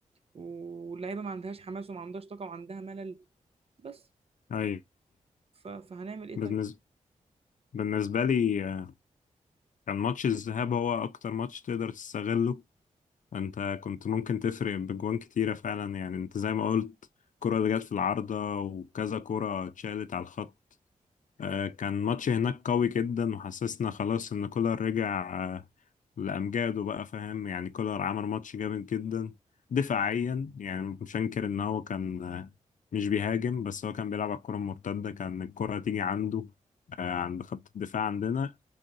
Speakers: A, on the right; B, on the left.
A: واللعيبه ما عندهاش حماس وما عندهاش طاقه وعندها ملل بس
B: أي
A: ف... فهنعمل ايه
B: بالنسبة
A: طيب
B: بالنسبة لي آه، كان ماتش الذهاب هو أكتر ماتش تقدر تستغله أنت كنت ممكن تفرق بجوان كتيرة فعلا يعني أنت زي ما قلت الكرة اللي جت في العارضة وكذا كرة اتشالت على الخط آه، كان ماتش هناك قوي جدا وحسسنا خلاص إن كولر رجع آه، لأمجاده بقى فاهم يعني كولر عمل ماتش جامد جدا دفاعيا يعني مش هنكر إن هو كان آه، مش بيهاجم بس هو كان بيلعب على الكرة المرتدة كان الكرة تيجي عنده آه، عند خط الدفاع عندنا